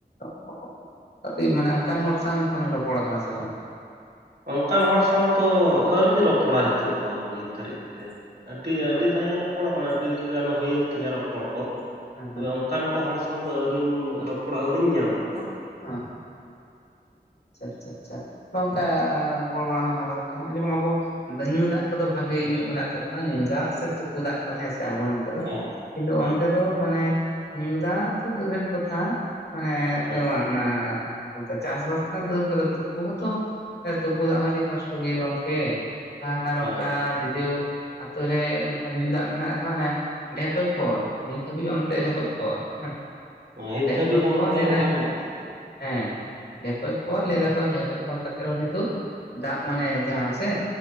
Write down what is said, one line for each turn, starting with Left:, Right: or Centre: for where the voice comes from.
Left: <inaudible> ᱟᱹᱫᱤ ᱢᱟᱱᱮ ᱚᱱᱠᱟᱱ ᱦᱚᱲ ᱥᱟᱶ ᱛᱟᱦᱞᱮᱢ ᱨᱚᱯᱚᱲ ᱠᱟᱱᱟ ᱥᱮ ᱵᱟᱝ?
Right: ᱚᱱᱠᱟᱱ ᱦᱚᱲ ᱥᱟᱶ ᱛᱚ ᱟᱹᱣᱨᱤᱧ ᱨᱚᱯᱚᱲᱟ ᱦᱤᱛᱳᱜ ᱫᱚ ᱱᱤᱛ ᱫᱷᱟᱹᱨᱤᱡ ᱛᱮ ᱟᱹᱰᱤ ᱟᱹᱰᱤ
Left: ᱚ
Right: ᱫᱷᱟᱣ ᱤᱧ ᱨᱚᱯᱚᱲᱟ ᱟᱠᱟᱱᱟ ᱟᱹᱰᱤ ᱜᱟᱱ ᱦᱩᱭᱮᱱ ᱛᱤᱧᱟᱹ ᱨᱚᱯᱚᱲ ᱠᱚ
Left: ᱦᱮᱸ
Right: ᱛᱚᱵᱮ
Left: ᱦᱮᱸ
Right: ᱝᱠᱟᱱ ᱠᱚ ᱦᱚᱲ ᱥᱟᱶ ᱫᱚ ᱟᱹᱣᱨᱤᱧ ᱨᱚᱯᱚᱲ ᱟᱹᱣᱨᱤᱧ ᱧᱟᱢ ᱠᱚᱣᱟᱹ
Left: ᱦᱚᱸ ᱟᱪᱪᱷᱟ ᱟᱪᱷᱟ ᱟᱪᱷᱟ ᱚᱝᱠᱟ ᱟ ᱨᱚᱯᱚᱲ ᱵᱟᱲᱟ ᱦᱩᱭ ᱱᱟ <inaudible> ᱦᱚᱜᱼᱚᱭ ᱡᱮᱢᱚᱱ ᱟᱵᱚ ᱧᱩ ᱫᱟᱜ ᱠᱚᱫᱚ ᱵᱷᱟᱜᱮ ᱧᱚᱜ ᱢᱮᱱᱟᱜ ᱛᱟᱵᱚᱱᱟ ᱧᱩ ᱫᱟᱜ ᱥᱮ ᱛᱩᱯᱩ ᱫᱟᱜ ᱠᱚ ᱦᱮᱸ ᱥᱮ ᱟᱵᱚ
Right: ᱦᱮᱸ
Left: <inaudible> ᱠᱤᱱᱛᱩ
Right: ᱦᱮᱸ
Left: ᱚᱱᱛᱮ ᱫᱚ ᱢᱟᱱᱮ ᱧᱩ ᱫᱟᱜ ᱛᱚ ᱫᱩᱨᱮᱨ ᱠᱚᱛᱷᱟ᱾ ᱢᱟᱱᱮ
Right: ᱦᱮᱸ
Left: ᱮ ᱵᱟᱝ ᱚᱱᱟ ᱮ <inaudible> ᱪᱟᱥᱵᱟᱥ ᱠᱟᱱᱟ ᱛᱩᱯᱩ ᱦᱚᱸᱛᱚ ᱦᱮᱸ ᱛᱳᱯᱳ ᱫᱟᱜ ᱦᱚᱸ ᱟᱹᱰᱤ ᱠᱚᱥᱴᱚ ᱜᱮᱭᱟ ᱜᱚᱝᱠᱮ ᱾ ᱟᱨ ᱛᱟᱨ
Right: ᱦᱮᱸ
Left: ᱚᱝᱠᱟ ᱡᱩᱫᱤᱳ ᱟᱛᱳ ᱨᱮ ᱚᱱᱠᱟ ᱧᱩ ᱫᱟᱜ ᱢᱮᱱᱟᱜ ᱨᱮᱦᱚᱸ ᱦᱟᱱᱮ ᱰᱷᱮᱠᱚᱡ ᱠᱚᱞ᱾ ᱱᱤᱛ ᱦᱟᱹᱵᱤᱡ ᱚᱱᱛᱮ
Right: ᱦᱮᱸ
Left: ᱰᱷᱮᱠᱚᱡ ᱠᱚᱞ ᱦᱮᱸ
Right: ᱱᱤᱛ
Left: ᱰᱷᱮᱜᱠᱚᱡ
Right: ᱫᱷᱟᱹᱵᱤᱡ ᱦᱚᱸ
Left: ᱠᱚᱞ
Right: ᱚᱱᱛᱮ
Left: ᱞᱮᱫᱟ
Right: ᱚᱱᱠᱟ ᱢᱮᱱᱟᱜᱼᱟ
Left: ᱦᱮᱸ ᱰᱷᱮᱠᱚᱡ
Right: ᱦᱮᱸ
Left: ᱠᱚᱞ ᱞᱮᱹᱭ ᱫᱟᱠᱚ ᱰᱷᱮᱠᱚᱡ ᱠᱚᱞ ᱠᱷᱟᱹᱛᱤᱨ ᱦᱚᱸ ᱠᱤᱱᱛᱩ ᱫᱟᱜ ᱢᱟᱱᱮ ᱡᱟᱦᱟᱸ ᱥᱮ